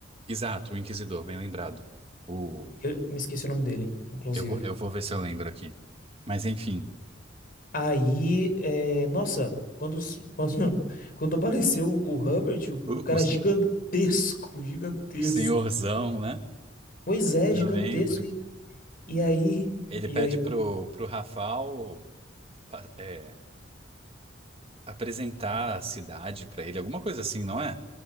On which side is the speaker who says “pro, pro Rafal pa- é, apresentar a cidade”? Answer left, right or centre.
Right